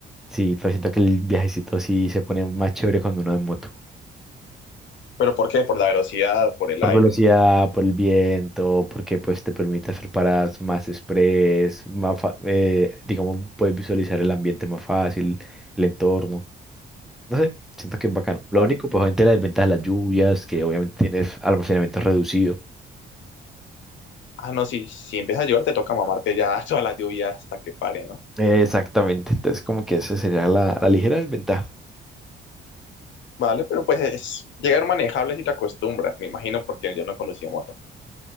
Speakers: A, in the centre; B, on the left.
A: sí, pero siento que el viajecito así se pone más chévere cuando uno va en moto.
B: ¿Pero por qué? Por la velocidad, por el
A: Por
B: aire,
A: velocidad, por el viento, porque pues te permite hacer paradas más express, más fa- eh, digamos, puedes visualizar el ambiente más fácil, el entorno. No sé, siento que es bacano. Lo
B: ¿vale?
A: único, pues obviamente la desventaja de las lluvias, que obviamente tienes almacenamiento reducido.
B: Ah, no, si, si empiezas a llover te toca mamarte ya <laughs> toda la lluvia hasta que pare, ¿no?
A: Eh, Exactamente, entonces como que esa sería la, la ligera desventaja.
B: Vale, pero pues es llegar manejable si te acostumbras, me imagino, porque yo no conducía moto.